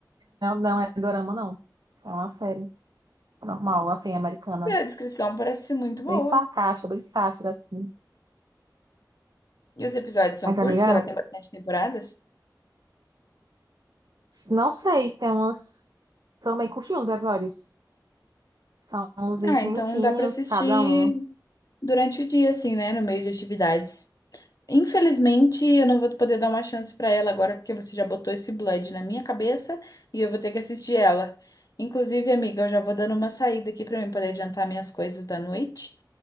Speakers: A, on the right (about 65°); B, on the left (about 55°).
A: Não, não é dorama, não. É uma série normal, assim, americana.
B: Pela descrição, parece ser muito boa.
A: Bem sarcástica, bem sátira, assim.
B: E os episódios são
A: Mas,
B: curtos,
A: amiga,
B: ela tem bastante temporadas.
A: não sei, tem umas... São bem curtinhos os episódios. São uns 20
B: Ah, então
A: minutinhos
B: dá pra assistir
A: cada um.
B: durante o dia, assim, né? No meio de atividades. Infelizmente, eu não vou poder dar uma chance pra ela agora, porque você já botou esse Blood na minha cabeça e eu vou ter que assistir ela. Inclusive, amiga, eu já vou dando uma saída aqui pra mim poder adiantar minhas coisas da noite